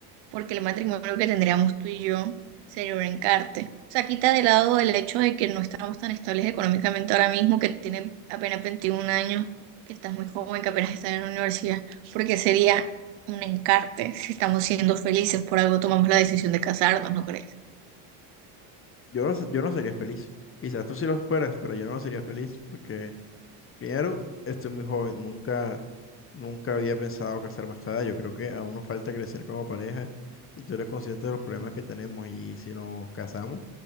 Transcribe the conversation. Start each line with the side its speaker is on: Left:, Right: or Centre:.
Right: porque el matrimonio que tendríamos tú y yo sería un encarte. O sea, quita de lado el hecho de que no estamos tan estables económicamente ahora mismo, que tienes apenas 21 años, que estás muy joven, que apenas estás en la universidad, porque sería un encarte si estamos siendo felices, por algo tomamos la decisión de casarnos, ¿no crees?
Left: Yo no, se- yo no sería feliz. Quizás tú sí lo fueras, pero yo no sería feliz porque, primero, estoy muy joven. Nunca, nunca había pensado casarme a esta edad. Yo creo que aún nos falta crecer como pareja y tú eres consciente de los problemas que tenemos. Y si nos casamos